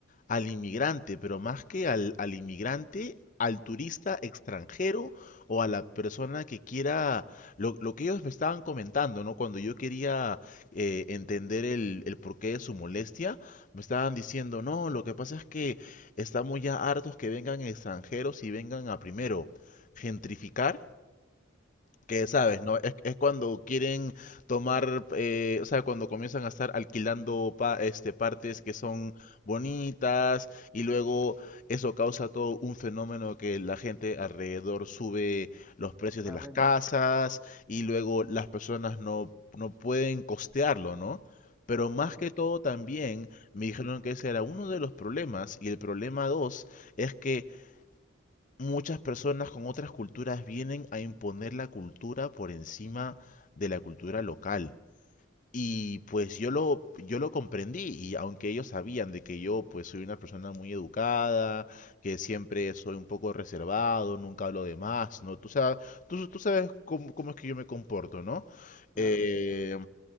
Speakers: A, on the left; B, in the centre.
A: al inmigrante, pero más que al, al inmigrante, al turista extranjero o a la persona que quiera, lo, lo que ellos me estaban comentando, ¿no? Cuando yo quería eh, entender el, el porqué de su molestia, me estaban diciendo, no, lo que pasa es que estamos ya hartos que vengan extranjeros y vengan a primero gentrificar que sabes,
B: claro.
A: ¿no? Es, es cuando quieren tomar, eh, o sea, cuando comienzan a estar alquilando pa- este, partes que son bonitas y luego eso causa todo un fenómeno que la gente alrededor sube los precios de
B: La
A: las
B: renta,
A: casas y luego las personas no, no pueden costearlo, ¿no? Pero más
B: claro,
A: que todo también me dijeron que ese era uno de los problemas y el problema dos es que muchas personas con otras culturas vienen a imponer la cultura por encima de la cultura local. Y pues yo lo, yo lo comprendí, y aunque ellos sabían de que yo pues soy una persona muy educada, que siempre soy un poco reservado, nunca hablo de más, ¿no? Tú sabes, tú, tú sabes cómo, cómo es que yo me comporto, ¿no?
B: claro
A: Eh,
B: que sí.